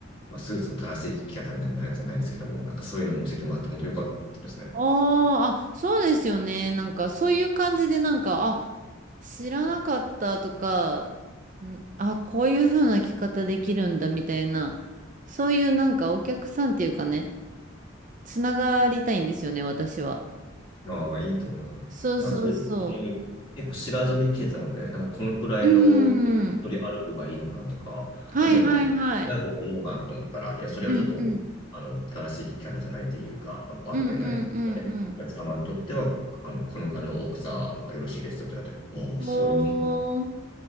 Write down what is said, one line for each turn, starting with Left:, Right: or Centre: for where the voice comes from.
Left: まあスーツの正しい着方みたいなのじゃないですけども、なんかそういうのも教えてもらって本当よかったですね。
Right: あーあ、そうですよね。なんか、そういう感じで、なんか、あ、知らなかったとか、んあ、こういう風な着方できるんだみたいな、そういうなんかお客さんっていうかね、つながりたいんですよね、私は。
Left: ああ、いいと思います。なんか、
Right: そうそうそ
Left: なんかそういうの本当に結構知らずに来てたので、なんかこのくらいの距離ある方がいいのかなとか、
Right: う。うんうん。はいはいはい。
Left: あるいはなんか、ない方がいいのかなと思ったら、いや、それはちょっと、
Right: うんうん。
Left: あの、正しい聞き方じゃないというか、あの合ってないので、
Right: うんうんうん
Left: お客様にとっては、あの、このくらいの大きさのがよろしいですよと言われて、おお、
Right: うん。
Left: そういうもん。
Right: おー。